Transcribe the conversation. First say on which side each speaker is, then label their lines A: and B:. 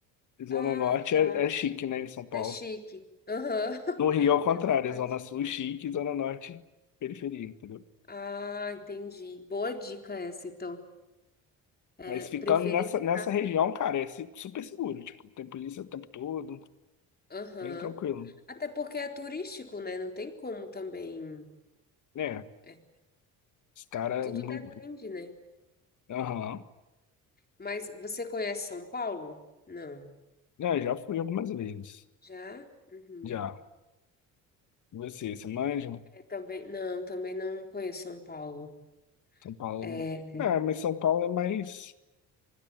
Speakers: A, on the left (about 55°); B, on the left (about 25°).
A: E Zona
B: ah,
A: Norte
B: tá.
A: é, é chique, né? Em São Paulo.
B: É chique. Aham. <laughs>
A: No Rio é o contrário.
B: É verdade.
A: É Zona Sul, chique. e Zona Norte, periferia, entendeu?
B: Ah, entendi. Boa dica essa, então. É,
A: Mas ficando
B: preferi
A: nessa,
B: ficar.
A: nessa região, cara, é se- super seguro. Tipo, tem polícia o tempo todo.
B: Aham.
A: Bem tranquilo.
B: Até porque é turístico, né? Não tem como também.
A: Né?
B: é,
A: Os caras...
B: tudo
A: não-
B: depende, né?
A: Aham.
B: Mas você conhece São Paulo? Não.
A: É, já fui algumas vezes.
B: Já? Uhum.
A: Já. E Você, você manja?
B: É, também, não, também não conheço São Paulo.
A: São Paulo...
B: É,
A: É, mas São Paulo é mais...